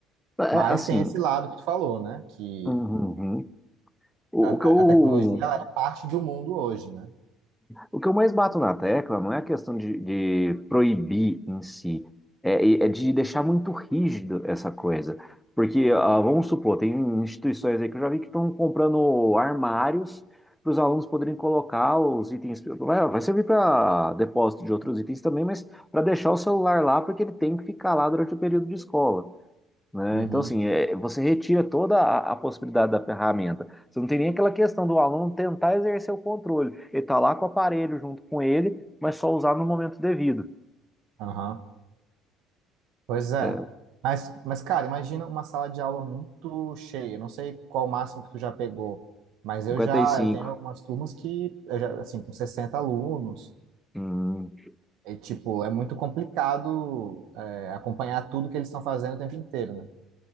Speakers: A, in the centre; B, on the right.
A: É,
B: Mas
A: assim,
B: tem esse lado que tu falou, né? Que
A: uhum, uhum. O,
B: A,
A: o que eu
B: a tecnologia ela é parte do mundo hoje, né?
A: O que eu mais bato na tecla não é a questão de, de proibir em si, é, é de deixar muito rígido essa coisa. Porque, ah, vamos supor, tem instituições aí que eu já vi que estão comprando armários para os alunos poderem colocar os itens. Vai, vai servir para depósito de outros itens também, mas para deixar o celular lá, porque ele tem que ficar lá durante o período de escola né?
B: Uhum,
A: Então, assim, é, você retira toda a, a possibilidade da ferramenta. Você não tem nem aquela questão do aluno tentar exercer o controle. Ele está lá com o aparelho junto com ele, mas só usar no momento devido.
B: aham. Pois é.
A: É,
B: Mas, mas, cara, imagina uma sala de aula muito cheia. Não sei qual o máximo que tu já pegou, mas eu
A: 55.
B: já, eu tenho algumas turmas que, eu já, assim, com 60 alunos,
A: Hum.
B: e, tipo, é muito complicado, é, acompanhar tudo que eles estão fazendo o tempo inteiro, né?